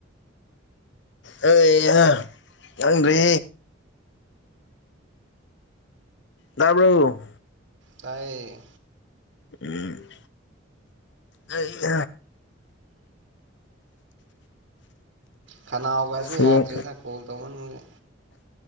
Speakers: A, on the left; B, on the right.
A: <unintelligible> ꯑꯦ ꯈꯪꯗ꯭ꯔꯤ ꯇꯕ꯭ꯔꯣ
B: ꯇꯥꯏ
A: ꯎꯝ ꯑꯩ <unintelligible>
B: ꯈꯅꯥꯎꯒꯁꯦ
A: ꯍꯌꯦꯡ
B: ꯌꯥꯗ꯭ꯔꯦꯗ ꯀꯣꯜ ꯇꯧꯃꯟꯕꯒꯤ